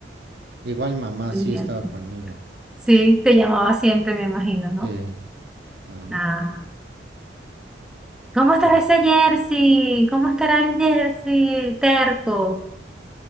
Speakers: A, on the right (about 60°); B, in the centre.
A: Igual mamá
B: Pendiente.
A: sí estaba conmigo.
B: Sí, te llamaba siempre, me imagino, ¿no?
A: Sí. Ajá.
B: Ah, ¿cómo estará
A: mm.
B: ese jersey? ¿Cómo estará el jersey? Terco.